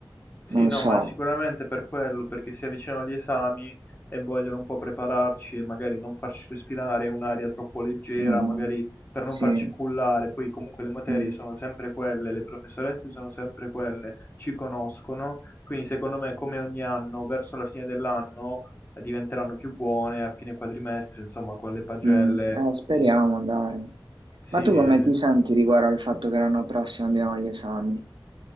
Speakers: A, on the left; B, on the right.
A: Sì,
B: non
A: no,
B: so,
A: ma sicuramente per quello, perché si avvicinano gli esami e vogliono un po' prepararci e magari non farci respirare un'aria troppo leggera,
B: Mm,
A: magari per non
B: sì,
A: farci cullare. Poi comunque le materie
B: sì.
A: sono sempre quelle, le professoresse sono sempre quelle, ci conoscono, quindi secondo me come ogni anno, verso la fine dell'anno eh, diventeranno più buone, a fine quadrimestre, insomma, con le pagelle.
B: Mm, eh, speriamo,
A: Sì,
B: dai.
A: sì,
B: Ma tu
A: eh.
B: come ti senti riguardo al fatto che l'anno prossimo abbiamo gli esami?